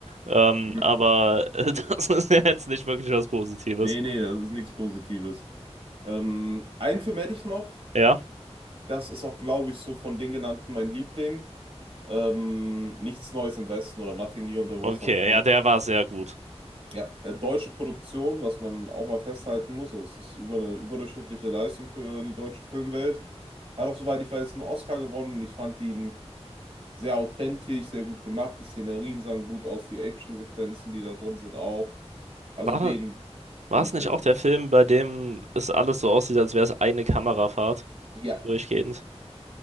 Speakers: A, on the right; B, on the right.
A: Ähm,
B: Hm.
A: aber äh, <laughs> das ist ja jetzt nicht wirklich was Positives.
B: nee, nee, das ist nichts Positives. Ähm, einen Film hätte ich noch.
A: Ja,
B: Das ist auch, glaube ich, so von den genannten mein Liebling. Ähm, nichts Neues im Westen oder Nothing New on the Western
A: okay,
B: Front.
A: ja, der war sehr gut.
B: Ja, äh, deutsche Produktion, was man auch mal festhalten muss, also es ist über eine überdurchschnittliche Leistung für die deutsche Filmwelt. Hat auch, soweit ich weiß, einen Oscar gewonnen und ich fand ihn sehr authentisch, sehr gut gemacht. Die Szenerien sahen gut aus, die Actionsequenzen, die da drin sind, auch. Also
A: War das,
B: den finde
A: war es
B: ich
A: nicht
B: sehr
A: auch
B: gut.
A: der Film, bei dem es alles so aussieht, als wäre es eine Kamerafahrt
B: Ja.
A: durchgehend?